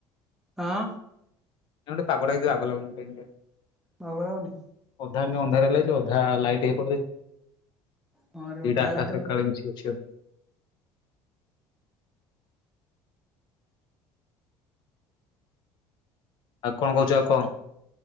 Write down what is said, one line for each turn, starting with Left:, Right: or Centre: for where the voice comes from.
Centre: ହଁ।
Left: ନା ଗୋଟେ ପାଗଟା ଏତେ ବାଗ ଲାଗୁନି କହିଲି ପା।
Centre: ବାଗ ଲାଗୁନି।
Left: ଅଧା ଏମିତ୍ ଅନ୍ଧାରେ ଲାଗିଚି ଅଧା ଲାଇଟ୍ ହେଇ <unintelligible>
Centre: ହଁ ରେ
Left: ଦିଟା
Centre: ଓଦା ହେଲା
Left: ଆକାଶ
Centre: ଏଇଠୁ
Left: ଏକା ବେଳେ ମିସିକି ଅଛି ଆଉ। ଆଉ କଣ କହୁଛୁ ଆଉ କହ।